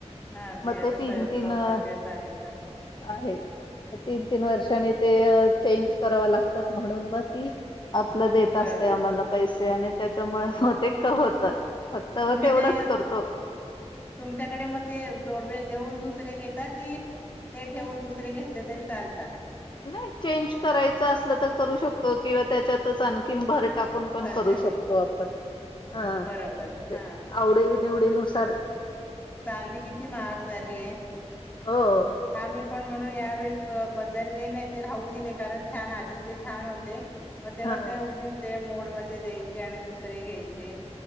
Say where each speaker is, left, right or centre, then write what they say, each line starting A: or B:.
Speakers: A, on the left; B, on the left.
A: हा
B: मग
A: ते आता
B: तीन
A: स
B: तीन
A: सौभाग्याच
B: अ
A: आहे तर
B: आहे तीन तीन वर्षांनी ते चेंज कराव लागतात म्हणून मग ती आपलं देत
A: बरोबर
B: असते आम्हाला पैसे आणि त्याच्यामुळे मग ते क होत. फक्त
A: तुम्ही
B: तेवढच
A: ते
B: करतो‌
A: तुमच्याकडे मग ते जोडवे देऊन दुसरे घेता की ते ठेवून दुसरे घेतले तरी चालतात.
B: नाही चेंज करायचं असलं तर करू शकतो किंवा त्याच्यातच आणखी भर टाकून पण
A: भर
B: करू
A: घालायचे
B: शकतो आपण. हा
A: बरोबर
B: ते
A: हा
B: आवडी निवडीनुसार
A: चांदीपण किती महाग झाली आहे
B: हो.
A: आम्ही पण म्हणून यावेेळेस बदलले नाही ते राहू दिले कारण छान आधीचे छान होते मग त्याला
B: हा
A: काय उ ते मोड मध्ये द्यायचे आणि दुसरे घ्यायचे